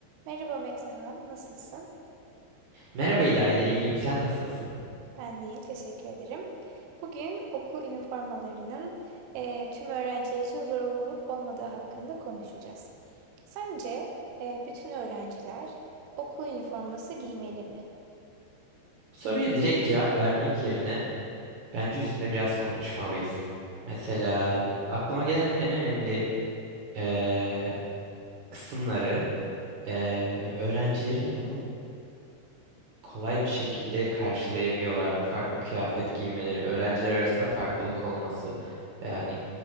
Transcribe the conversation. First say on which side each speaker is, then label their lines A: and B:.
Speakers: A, on the right (about 80°); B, on the right (about 60°).
A: Merhaba Metehan, nasılsın?
B: Merhaba İlayda, iyiyim. Sen nasılsın?
A: Ben de iyiyim, teşekkür ederim. Bugün okul üniformalarının eee, tüm öğrenciler için zorunlu olup olmadığı hakkında konuşacağız. Sence eee, bütün öğrenciler okul üniforması giymeli mi?
B: Bu soruya direkt cevap vermek yerine bence üstünde biraz konuşmalıyız. Mesela aklıma gelen en önemli eee, kısımları eee, öğrencilerin bunu kolay bir şekilde karşılayabiliyorlar mı? Farklı kıyafet giymeleri, öğrenciler arasında farklılık olması. Yani